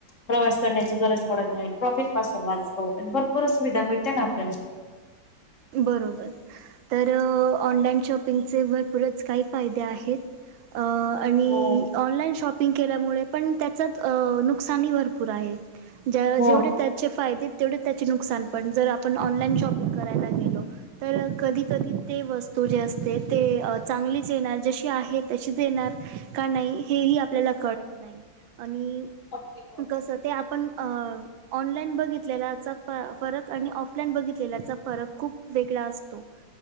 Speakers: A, on the left (about 45°); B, on the right (about 80°).
A: प्रवास करण्याची गरज पडत नाही, ट्रॅफिक पासून वाचतो, भरपूर सुविधा मिळते ना आपल्याला
B: बरोबर तर ऑनलाईन शॉपिंगचे भरपूरच काही फायदे आहेत अ आणि
A: हो
B: ऑनलाईन शॉपिंग केल्यामुळे पण त्याचं नुकसानही भरपूर आहे. जेवढे
A: हो.
B: त्याचे फायदे तेवढे त्याचे नुकसान पण जर आपण ऑनलान शॉपिंग करायला तर कधी कधी ते वस्तू जे असते ते चांगलीच येणार जशी आहेत तशीच येणार का नाही हेही आपल्याला कळत नाही, आणि
A: <unintelligible>
B: कस ते आपण अ ऑनलाईन बघितलेलाचा फरक आणि ऑफलाईन बघितलेलाचा फरक खूप वेगळा असतो,